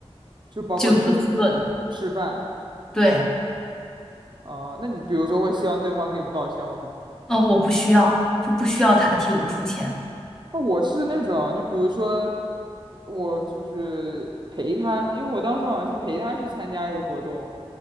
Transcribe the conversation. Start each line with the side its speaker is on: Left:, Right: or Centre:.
Right: 就包括吃
Centre: 就各付各的，
Right: 吃饭。
Centre: 对。
Right: 啊，那你比如说会希望对方给你报销吗？
Centre: 哦，我不需要，就不需要他替我出钱。
Right: 那我是那种，就比如说我就是陪他，因为我当时好像是陪他去参加一个活动，